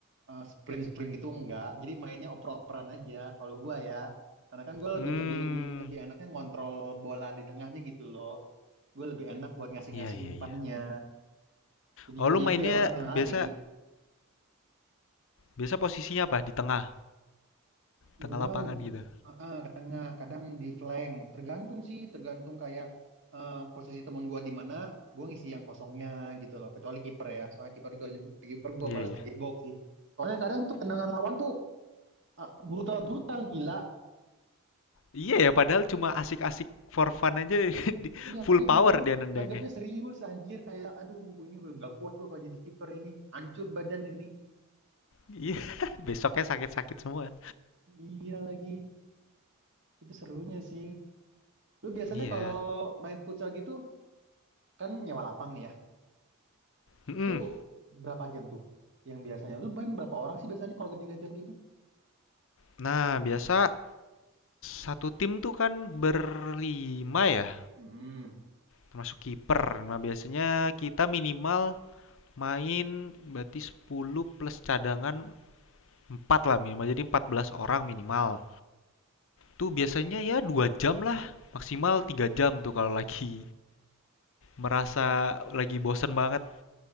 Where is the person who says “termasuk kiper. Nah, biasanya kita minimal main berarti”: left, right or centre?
Left